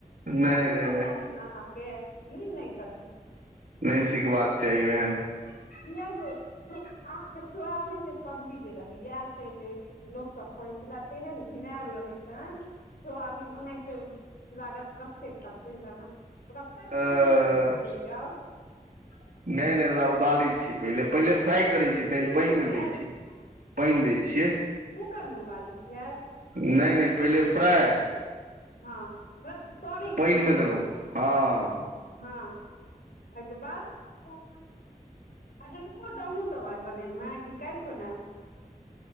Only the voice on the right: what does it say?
नहि
नहि नहि
नहि सिखबाक चाही एहन
अ
नहि नहि ओकरा उबालै छियै पहि पहिले फ्राइ करै छियै तह
पानिमे
दै छियै पानि दै छियै
नहि नहि पहिले फ्राय
पानिमे
देलहुँ हँ